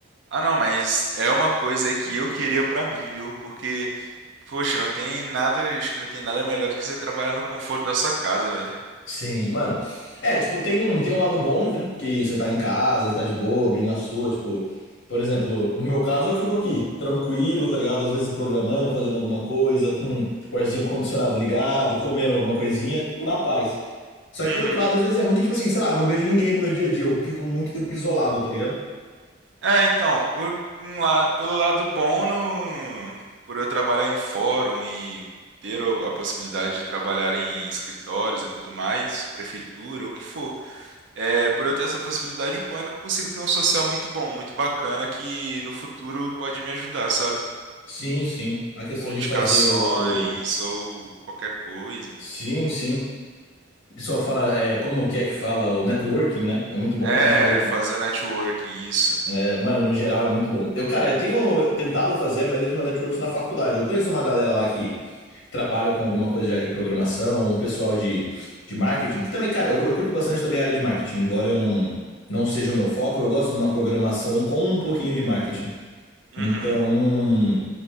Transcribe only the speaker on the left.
Sim, mano. É, tipo, tem um, tem um lado bom, né? Que você tá em casa, tá de boa, bem na sua, tipo, por exemplo, no meu caso eu fico aqui, tranquilo, tá ligado? Às vezes programando, fazendo alguma coisa, com o arzinho condicionado ligado, comendo alguma coisinha, tipo, na paz. Só
que por outro lado, às vezes é ruim que, tipo assim, sei lá, eu não vejo ninguém no meu dia a dia, eu fico muito tempo isolado, tá ligado?
Sim, sim. A questão
de
fazer o.
Sim, sim. O pessoal fala, é, como que é que fala? O networking, né? É muito bom
pra networking.
É, mano, no geral é muito bom. Eu, cara, eu tenho tentado fazer a maioria dos meus networks na faculdade. Eu conheço uma galera lá que, que trabalha com alguma coisa já de programação, um pessoal de, de marketing, que também, cara, eu, eu curto bastante também a área de marketing, embora eu não, não seja o meu foco, eu gosto de uma programação com um pouquinho de marketing. Então,